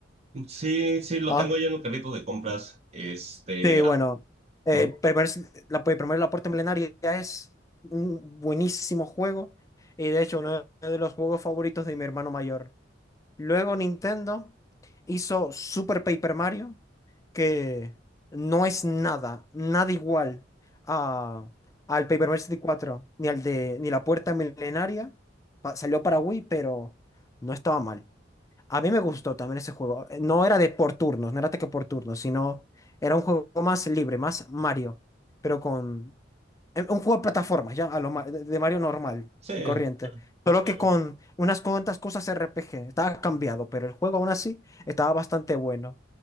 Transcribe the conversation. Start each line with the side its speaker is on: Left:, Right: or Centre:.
Right: Sí, sí, lo
Left: Ah,
Right: tengo ya en un carrito de compras. Este,
Left: sí, bueno.
Right: ah,
Left: eh,
Right: mm,
Left: Paper Mario s- la, Paper Mario La Puerta Milenaria es un buenísimo juego. Y de hecho, uno de los juegos favoritos de mi hermano mayor. Luego Nintendo hizo Super Paper Mario, que no es nada, nada igual a, al Paper Mario sesenta y cuatro' ni al de, ni la Puerta Milenaria. Pa- salió para Wii, pero no estaba mal. A mí me gustó también ese juego. Eh, No era de por turnos, no era ataque por turnos, sino era un juego más libre, más Mario, pero con eh, un juego de plataformas, ya a lo ma- de de Mario normal
Right: sí,
Left: y corriente. Solo
Right: yo-
Left: que con unas cuantas cosas RPG. Estaba cambiado, pero el juego aún así estaba bastante bueno.